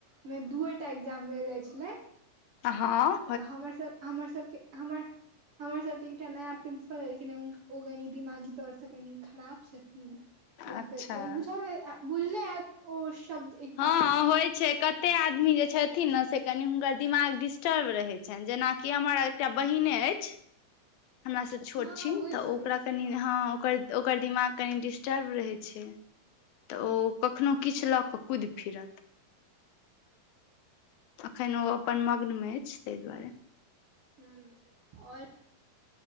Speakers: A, on the right; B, on the left.
A: मे दुऐटा एग्जाम लेल जाय छेलै।
B: अऽ हाँ।
A: तऽ हमर सब हमर सब के हमर। हमर सब के एकटा नया प्रिंसपल एलखिन हे उऽ ओ कनि दिमागी तौर से कनि खराब छेथिन। या
B: अच्छा
A: फिर कनि बुझले आ बुझले हेत ओ शब्द इ
B: हँ-हँ होइ छै कत ते आदमी जे छथिन नऽ से कनि हुनकर दिमाग डिस्टर्ब रहै छैन, जेना कि हमर एकटा बहिने ऐछ। हमरा सऽ छोट-छिन
A: हँ हँ बुझि
B: तऽ
A: सकैत
B: ओकरा
A: छियै
B: कनि
A: हम
B: हँ, ओकर-ओकर दिमाग कनि डिस्टर्ब रहे छै। तऽ ओ कखनौं किछ लऽ कऽ कुइद फिरत। अखैन ओ अपन मग्न में ऐछ तै दुआरे।
A: हूं, और